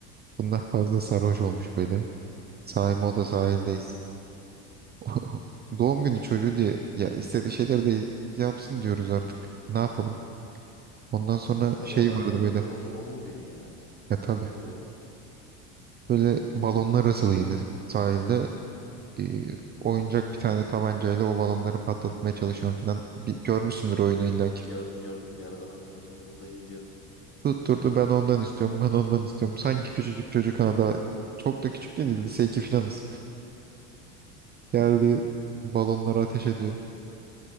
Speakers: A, on the right (about 20°); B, on the left (about 25°).
A: Bunlar fazla sarhoş olmuş böyle. Sahil moda sahildeyiz. <laughs> Doğum günü çocuğu diye ya istediği şeyler de yapsın diyoruz artık. Ne yapalım? Ondan sonra
B: E tabii
A: şey
B: ona
A: vardı böyle.
B: onun, onun günü ya.
A: E tabii.
B: Öyle oluyor.
A: Böyle balonlar asılıydı sahilde. E, oyuncak bir tane tabancayla o balonları patlatmaya çalışıyorum falan. Bir, görmüşsündür oyunu illa ki.
B: Gördüm gördüm ya arada ben de moda, modaya gidiyorum.
A: Tutturdu ben ondan istiyorum ben ondan istiyorum. Sanki küçücük çocuk ha daha çok da küçük değil lise 2 filanız. Geldi balonları ateş ediyor.